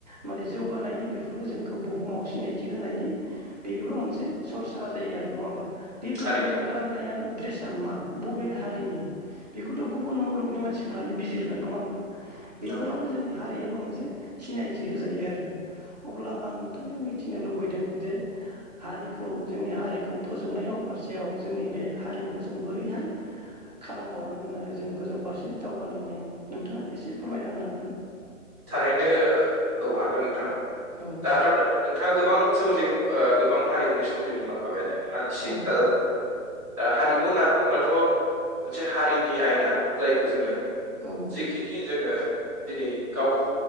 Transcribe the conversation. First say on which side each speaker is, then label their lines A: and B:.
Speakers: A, on the right; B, in the centre.
A: माने जौगानायनि बेफोरबो जोंखौ बुहुमाव सिनायथि होनायनि बेबो मोनसे सरसा जायो आरो नङा होमबा बे गोदोनायाव
B: थारैनो नंगौ
A: गार गाननाया ड्रेसाआ मा बबे हारिनि बेखौथ' गुबुन मुलुगनि मानसिफोरानो बिजिरगोन नङा होमबा बेफोरावनो
B: नंगौ
A: जोंनि हारियाबो मोनसे सिनायथि होजायो आरो अब्ला आं नोंथांनियाव मिथिनो लुबैदों जे हारिखौ जोंनि हारिखौ फोजौनाय फारसेयाव जोंनि बे हारिमुखौ जों बोरैहाय खालामबावनांगोन आरो जों गोजौ फारसे दावगालांनायाव नोंथाङा एसे फोरमायना होनो हागोन ना?
B: थारैनो औ हागोन नोंथां
A: औ
B: दाथ' नोंथाङा गोबां सोमोन्दै बुं गोबां हारिमुनि सोमोन्दै बुंलां माबायानो आं सिनि
A: औ
B: दाजा दा हारिमु होनना बुङोब्लाथ' मोनसे हारिनि आयना। जायखौ जोङो
A: औ
B: जिखिनि जोङो दिनै गावखौ